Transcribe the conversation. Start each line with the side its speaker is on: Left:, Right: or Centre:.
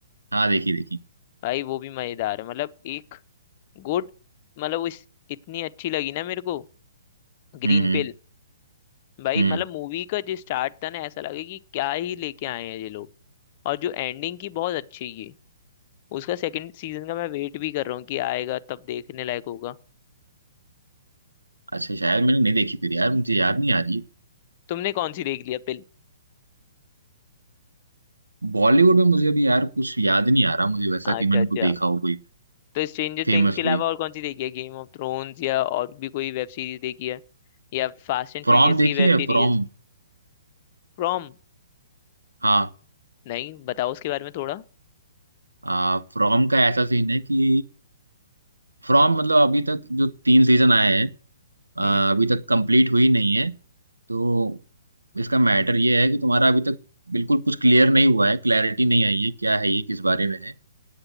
Right: हाँ देखी देखी
Left: भाई वो भी मजेदार है मतलब एक गुड मतलब वो इस- इतनी अच्छी लगी ना मेरे को ग्रीन
Right: हम्म हम्म
Left: पिल भाई
Right: हम्म
Left: मतलब मूवी का जो स्टार्ट था ना ऐसा लगे कि क्या ही लेके आए हैं ये लोग और जो एंडिंग की बहुत अच्छी की उसका सेकंड सीजन का मैं वेट भी कर रहा हूँ कि आएगा तब देखने लायक होगा
Right: अच्छा शायद मैंने नहीं देखी फिर यार मुझे याद नहीं आ रही है
Left: तुमने कौन सी देख लिया फिल्म
Right: बॉलीवुड में मुझे अभी यार कुछ याद नहीं आ रहा मुझे वैसा
Left: अच्छा
Right: कि मैंने
Left: अच्छा
Right: को देखा हो कोई
Left: तो स्ट्रेंजर
Right: फेमस
Left: थिंग्स के अलावा
Right: कोई
Left: और कौन सी देखी है गेम ऑफ थ्रोन्स या और भी कोई वेब सीरीज देखी है या फास्ट एंड
Right: फ्रॉम
Left: फ्यूरियस
Right: देखी
Left: की वेब
Right: है
Left: सीरीज
Right: फ्रॉम
Left: फ्रॉम
Right: हाँ
Left: नहीं बताओ उसके बारे में थोड़ा
Right: आ, फ्रॉम का ऐसा सीन है कि फ्रॉम मतलब अभी तक जो तीन सीजन आए हैं अ,
Left: हम्म
Right: अभी तक कंप्लीट हुई नहीं है तो इसका मैटर ये है कि तुम्हारा अभी तक बिल्कुल कुछ क्लियर नहीं हुआ है क्लैरिटी नहीं आई है क्या है ये किस बारे में है